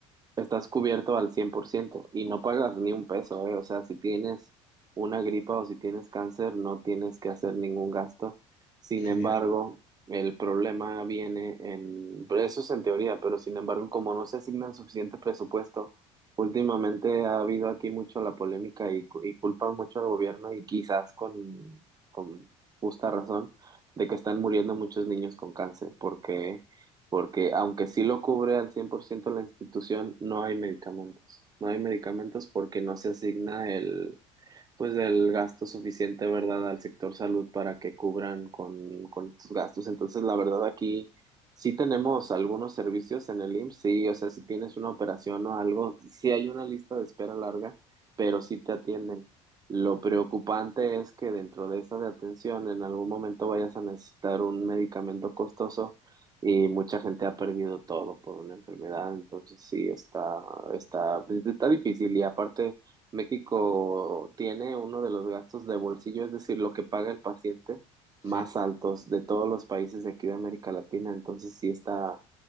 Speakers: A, on the right; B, on the left.
A: Estás cubierto al 100% y no pagas ni un peso, ¿eh? O sea, si tienes una gripa o si tienes cáncer, no tienes que hacer ningún gasto. Sin
B: qué genial.
A: embargo, el problema viene en... pero Eso es en teoría, pero sin embargo, como no se asignan suficiente presupuesto, últimamente ha habido aquí mucho la polémica y, cu- y culpan mucho al gobierno y quizás con, con justa razón de que están muriendo muchos niños con cáncer, porque porque aunque sí lo cubre al 100% la institución, no hay medicamentos. No hay medicamentos porque no se asigna el, pues del gasto suficiente, ¿verdad?, al sector salud para que cubran con, con estos gastos. Entonces, la verdad, aquí sí tenemos algunos servicios en el IMSS, sí, o sea, si tienes una operación o algo, sí hay una lista de espera larga, pero sí te atienden. Lo preocupante es que dentro de esa de atención en algún momento vayas a necesitar un medicamento costoso y mucha gente ha perdido todo por una enfermedad, entonces sí está, está, pues, está difícil y aparte México tiene uno de los gastos de bolsillo, es decir, lo que paga el paciente, más
B: Sí.
A: altos de todos los países de aquí de América Latina. Entonces sí está,